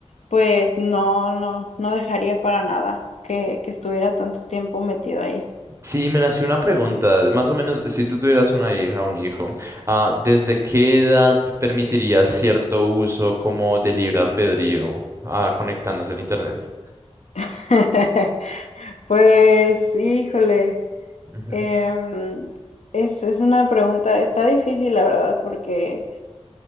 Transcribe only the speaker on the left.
pues no, no, no dejaría para nada que, que estuviera tanto tiempo metido ahí.
<laughs> Pues, híjole,
em, es, es una pregunta, está difícil la verdad, porque